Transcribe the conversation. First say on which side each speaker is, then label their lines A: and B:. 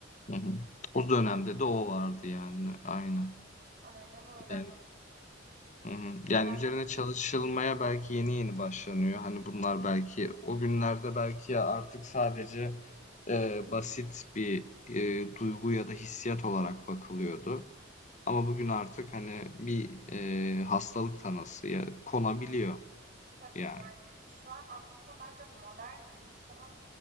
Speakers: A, on the left; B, on the right.
A: Hı hı. O dönemde de o vardı yani. Aynen.
B: Aynen öyle.
A: Yani Hı hı. Yani
B: Ben
A: üzerine çalışılmaya belki yeni yeni başlanıyor. Hani bunlar belki o günlerde belki artık sadece e, basit bir e, duygu ya da hissiyat olarak bakılıyordu. Ama bugün artık hani bir e, hastalık tanısı ya konabiliyor
B: Tabii,
A: yani.
B: yani, şu an aslında bence modern insanın,